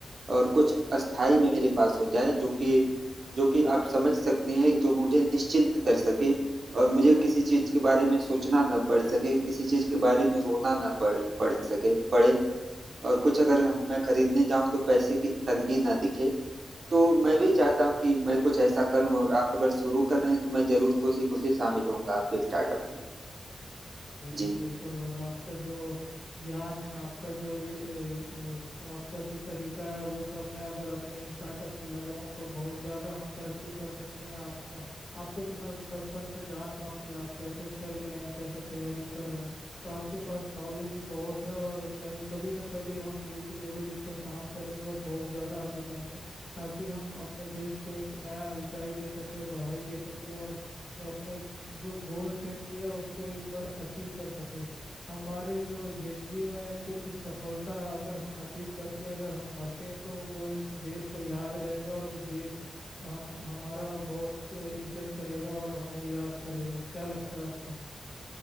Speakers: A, on the right; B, on the left.
A: और कुछ अस्थाई मेरे पास हो जाए जो कि जो कि आप समझ सकते हैं जो मुझे निश्चिंत कर सके और मुझे किसी चीज के बारे में सोचना ना पड़ सके किसी चीज के बारे में रोना ना पड़ पड़ सके पड़े और कुछ अगर हम मैं खरीदने जाऊं तो पैसे की तंगी ना दिखे तो मैं भी चाहता हूँ कि मैं कुछ ऐसा करूँ और आप अगर शुरू कर रहे हैं तो मैं जरूर खुशी खुशी शामिल होऊंगा आपके स्टार्टअप में
B: जी जी
A: जी
B: बिल्कुल और आपका जो ज्ञान है आपका जो ए, ए, अ, आपका जो तरीका है वो सब मैं अगर अपने स्टार्टअप में लगाऊं तो बहुत ज़्यादा हम तरक्की कर सकते हैं आप म- आपको तो मैं बचपन से जान रहा हूं कि आप कैसे चल रहे हैं कैसे तैयारी कर रहे हैं तो आपके पास नॉलेज भी बहुत है और कहीं कभी ना कभी हम मिलके जरूर इस पर काम करेंगे और बहुत ज़्यादा आगे जाएंगे ताकि हम अपने देश को एक नया ऊंचाई दे सके बढ़ाई दे सके और अपने जो गोल सेट किया उसको एक बार अचीव कर सके हमारे जो जिंदगी में कुछ सफलता अगर हम अचीव करके अगर हम मरते हैं तो वो एक देश को याद रहेगा और वो देश हम हमारा बहुत इज्जत करेगा और हम वो याद करेगा क्या लगता है आपको